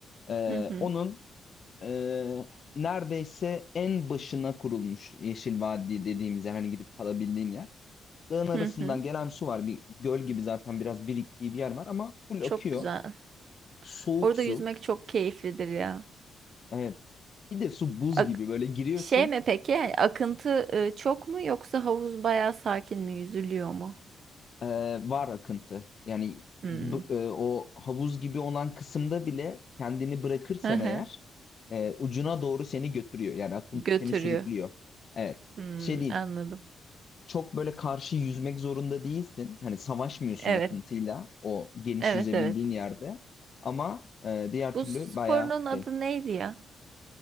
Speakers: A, on the left; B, on the right.
A: E,
B: Hı hı.
A: onun ee, neredeyse en başına kurulmuş Yeşil Vadi dediğimiz yer hani gidip kalabildiğin yer. Dağın arasından
B: Hı hı.
A: gelen su var. Bir göl gibi zaten biraz biriktiği bir yer var ama full
B: Çok
A: akıyor.
B: güzel.
A: Soğuk
B: Orada
A: su.
B: yüzmek çok keyiflidir ya.
A: Evet. Bir de su buz
B: Ak-
A: gibi böyle giriyorsun.
B: şey mi peki? Yani akıntı e, çok mu yoksa havuz bayağı sakin mi? Yüzülüyor mu?
A: ee, var akıntı. Yani
B: Hmm.
A: bu- e, o havuz gibi olan kısımda bile kendini bırakırsan
B: Hı hı.
A: eğer e, ucuna doğru seni götürüyor. Yani akıntı
B: Götürüyor.
A: seni sürüklüyor. Evet.
B: Hmm,
A: Şey değil.
B: anladım.
A: çok böyle karşı yüzmek zorunda değilsin. Hani savaşmıyorsun
B: Evet.
A: akıntıyla o geniş
B: Evet
A: yüzebildiğin
B: evet.
A: yerde. Ama e, diğer
B: Bu
A: türlü
B: su sporunun
A: bayağı şey
B: adı neydi ya?